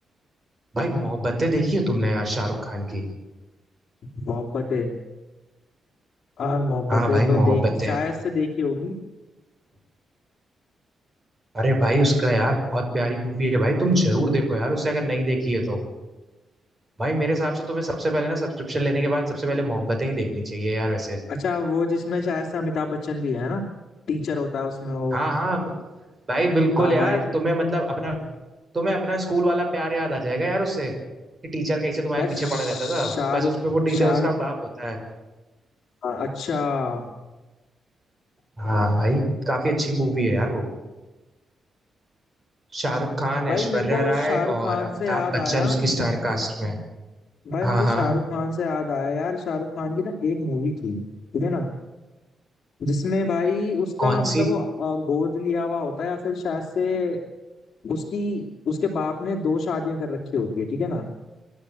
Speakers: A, on the right; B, on the left.
A: भाई मोहब्बतें देखी है तुमने यार शाहरुख खान की
B: मोहब्बतें और मोहब्बतें
A: हाँ भाई
B: तो
A: मोहब्बतें
B: देख शायद से देखी होगी
A: अरे भाई उसका यार बहुत प्यारी मूवी है भाई तुम जरूर देखो यार उसे अगर नहीं देखी है तो भाई मेरे हिसाब से तुम्हें सबसे पहले ना सब्सक्रिप्शन लेने के बाद सबसे पहले मोहब्बतें ही देखनी चाहिए यार वैसे
B: अच्छा वो जिसमें शायद से अमिताभ बच्चन भी है ना टीचर होता है उसमें वो
A: हाँ हाँ भाई बिल्कुल
B: हाँ
A: यार
B: भाई
A: तुम्हें मतलब अपना तुम्हें अपना स्कूल वाला प्यार याद आ जाएगा यार उससे कि टीचर कैसे तुम्हारे
B: यार
A: पीछे
B: शाहरुख
A: पड़ा रहता था बस उसमें वो टीचर
B: शाहरुख
A: उसका बाप होता है
B: हाँ, अच्छा
A: हाँ भाई काफी अच्छी मूवी है यार वो शाहरुख खान
B: भाई
A: ऐश्वर्या
B: मेरे को
A: राय
B: शाहरुख
A: और
B: खान
A: अमिताभ
B: से याद
A: बच्चन
B: आया
A: उसकी स्टार कास्ट में है।
B: भाई
A: हाँ
B: मुझे
A: हाँ
B: शाहरुख खान से याद आया यार शाहरुख खान की ना एक मूवी थी ठीक है ना जिसमें भाई उसका
A: कौन
B: मतलब
A: सी
B: वो अ, गोद लिया हुआ होता है या फिर शायद से उसकी उसके बाप ने दो शादियां कर रखी होती है ठीक है ना